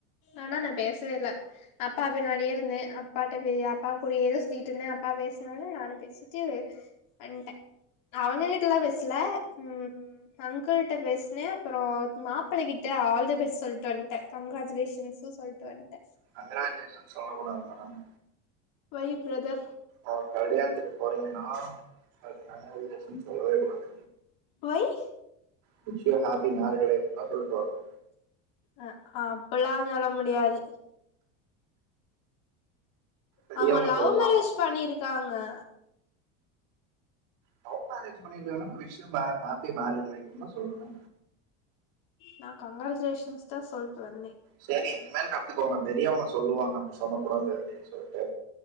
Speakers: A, on the left; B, on the right.
A: ஆனா நா பேசவே இல்ல அப்பா பின்னாடியே இருந்தே அப்பாட்ட அப்பா கூடயேதா சுத்திட்டு இருந்த அப்பா பேசுனாரு நானு பேசிட்டு வன்ட்ட அவங்க கிட்டலா பேசல ம் அங்கிள்ட்ட பேசி ன அப்புற மாப்பிள கிட்ட ஆல் த பெஸ்ட் சொல்ட்டு வன்ட்ட கங்க்ராஜுலேஷன்ஸு சொல்ட்டு வன்ட்ட
B: கங்கிராஜுலேஷன்ஸ் சொல்ல கூடாது மேடம்
A: ஒய் பிரதர்
B: ஓ கலியாணதுக்கு போறிங்னா அதுக்கு கங்க்ராஜுலேஷன் சொல்லவே கூடாது
A: why
B: wish you happy married லைஃப்ன்தா சொல்ட்டு வர்ணு
A: அ அப்பில்லா சொல்ல முடியாது
B: பெரியவங்க
A: அவங்க லவ்
B: சொல்லுவாங்க
A: மேரேஜ் பண்ணிருக்காங் க
B: லவ் மேரேஜ் பண்ணிருக்காங்கனா wish you may happy married லைஃப்ன்தா சொல்னு
A: நா கங்கிராஜுலேஷன்ஸ்தா சொல்ட்டு வந்தே
B: செரி இனிமேல் கத்துக்கோங்க பெரியவங்க சொல்லுவாங்க அப்டி சொல்ல கூடாது அப்டின் சொல்ட்டு